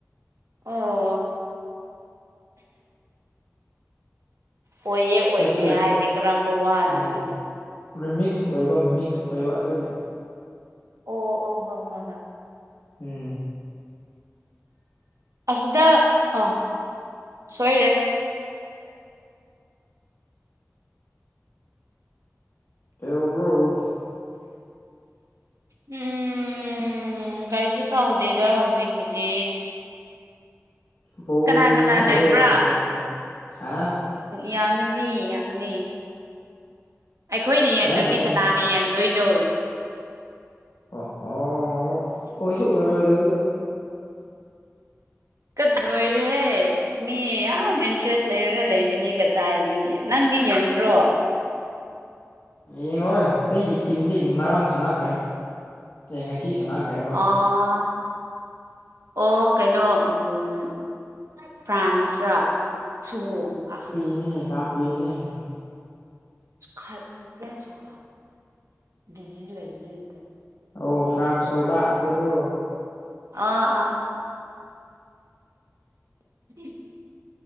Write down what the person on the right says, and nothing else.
ꯑꯣ ꯑꯣꯏꯌꯦ ꯑꯣꯏꯗꯦ
ꯍꯥꯏꯔꯦ ꯀꯔꯝꯕ ꯋꯥꯅ
ꯁꯤꯗꯤ
ꯑꯣ ꯑꯣ ꯍꯣꯏ ꯍꯣꯏ ꯉ
ꯑꯁꯤꯗ ꯑꯥ ꯁꯣꯏꯔꯦ
ꯎꯝ ꯎꯝ ꯀꯥꯔꯤꯁꯨ ꯇꯧꯗꯦꯗ ꯍꯧꯖꯤꯛꯄꯨꯗꯤ
ꯀꯅꯥ ꯀꯅꯥ
ꯂꯩꯕ꯭ꯔꯥ
ꯌꯥꯡꯉꯅꯤ ꯌꯥꯡꯉꯅꯤ ꯑꯩꯈꯣꯏꯅ ꯌꯦꯡꯗ꯭ꯔꯗꯤ
ꯀꯅꯥꯅ ꯌꯦꯡꯗꯣꯏꯅꯣ
<unintelligible> ꯃꯤ ꯌꯥꯝ ꯏꯟꯇ꯭ꯔꯦꯁ ꯂꯩꯔꯒ ꯂꯩꯕꯅꯤ ꯀꯗꯥꯏꯗꯒꯤ ꯅꯪꯗꯤ ꯌꯦꯡꯗ꯭ꯔꯣ
ꯑ ꯑꯣ ꯀꯩꯅꯣ ꯎꯝ ꯐ꯭ꯔꯥꯟꯁꯔꯥ ꯁꯣꯑꫭꯡꯉꯥ
<unintelligible>
ꯑꯥ ꯑꯥ <unintelligible>